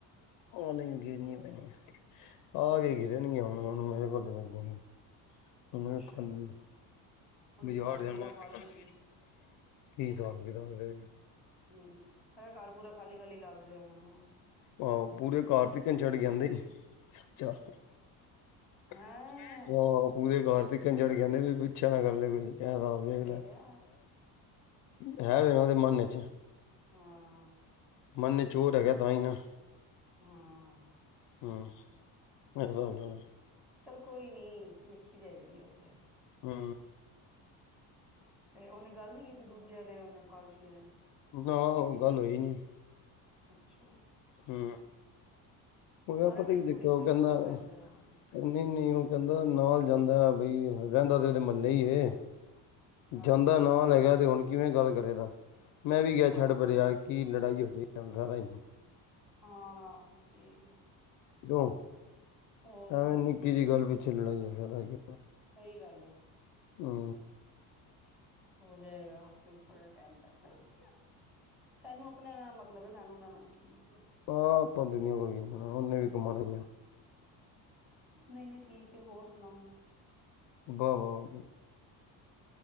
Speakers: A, on the left; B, in the centre.
A: ੳ ਨੀ ੳ ਗੇਨੀਆਂ ਪੈਣੀਆਂ, ਆਕੇ ਗਿਰਣਗੀਆਂ ਹੁਣ-ਹੁਣ ਮੇਰੇ ਕੋਲ <unintelligible>
B: ਅੱਛਾ ਹੁਣ ਘਰ ਪੂਰਾ ਖਾਲੀ
A: ਕੀ ਸਾਫ ਗਿਦਾ ਕਿ
B: ਹੂ, ਐ ਘਾਰ ਪੂਰਾ ਖਾਲੀ-ਖਾਲੀ ਲੱਗ ਰੇਆ ਹੁਨਾ ਨਾ?
A: ਆਹੋ ਪੂਰੇ ਘਾਰ ਤੀਕਨ ਛੱਡਕੇ ਆਂਦੇ ਈ ਚਾ ਆਹੋ-ਆਹੋ
B: ਹੈਂ
A: ਪੂਰੇ ਘਾਰ ਤੀਕਨ ਛੱਡਕੇ ਆਂਦੇ ਬੀ ਪਿੱਛਾ ਨਾ ਕਰਲੇ ਕੋਈ। ਹੈਗਾ ਵੇਖ
B: ਦੇਖਿਆ
A: ਲਏ ਹੈਗਾ ਵਾ ੳੱਦੇ ਮਨ 'ਚ
B: ਹਾਂ
A: ਮੰਨ ਚ ਚੋਰ ਹੈਗਾ ਤਾਂ ਹੀ ਨਾ
B: ਹਾਂ
A: ਹਮ ਮ
B: ਚੱਲ ਕੋਈ ਨੀ ਵੇਖੀ ਜਾਏਗੀ ਉੱਥੇ
A: ਹੂ
B: ਤੇ ਉਹਨੇ ਗੱਲ ਨੀ ਕੀਤੀ ਦੂਜੇ ਵਾਲੇ ਨੇ ਕਾਲਸ਼ੀ ਨੇ
A: ਨਾ ਉਹ ਗੱਲ ਹੋਈ ਨੀ
B: ਅੱਛਾ
A: ਹੂ ਔਦਾ
B: ਸਾਰਾ
A: ਪਤਾ
B: ਟਾਈਮ
A: ਕੀ ਚੱਕਰ
B: ਥੋੜੀ
A: ਉਹ
B: ਕੋਈ
A: ਕਹਿੰਦਾ
B: ਕੋਲ ਬਹਿ ਜਾਏਗਾ
A: ਨਹੀਂ-ਨਹੀਂ ਉਹ ਕਹਿੰਦਾ ਨਾਲ ਜਾਂਦਾ ਬਈ, ਰਹਿੰਦਾ ਤੇ ਉਹਦੇ ਮਹੱਲੇ ਹੀਈ
B: ਹਾਂ
A: ਜਾਂਦਾ ਨਵਾਂ ਲੈ ਗਿਆ ਤੇ ਹੁਣ ਕਿਵੇਂ ਗੱਲ ਕਰੇਗਾ, ਮੈਂ ਵੀ ਗਿਆ
B: ਹਾਂ
A: ਛੱਡ ਪਰ ਯਾਰ ਕੀ ਲੜਾਈ ਹੋ ਜਾ ਧਰਮਸ਼ਾਲਾ ਹੀ
B: ਹਾਂ ਠੀਕ ਆ
A: ਕਯੋਂ
B: ਹੋਰ
A: ਐਵੇਂ ਨਿੱਕੀ ਜਿਹੀ ਗੱਲ ਪਿੱਛੇ ਲੜਾਈ ਹੈ ਫਾਇਦਾ ਕੀ
B: ਸਹੀ ਗੱਲ ਹੈ
A: ਹੂ
B: ਹੋ ਜਾਏਗਾ ਆਪੇ ਥੋੜੇ ਟਾਈਮ ਤੱਕ ਸਹੀ, ਸਾਨੂੰ ਆਪਣਾ ਨਾਲ ਮਤਲ ਮਤਲਬ ਸਾਨੂੰ ਉਨਾ ਨਾਲ ਕਿ ਮਤਲਬ
A: ਆਹ ਆਪਾਂ ਦੁਨੀਆਂ ਕੋਲ ਕੀ, ਉਹਨੇ ਵੀ ਕਮਾਣਾ
B: ਨਹੀਂ-ਨਹੀਂ ਠੀਕ ਐ ਹੋਰ ਸੁਣਾਓੁ
A: ਵਾਹ ਵਾਹ